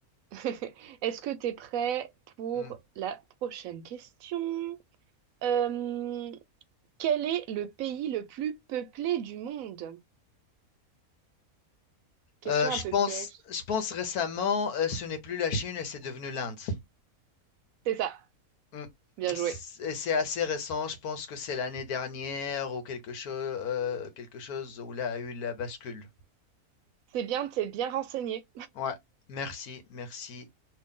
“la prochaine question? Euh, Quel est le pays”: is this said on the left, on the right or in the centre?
Right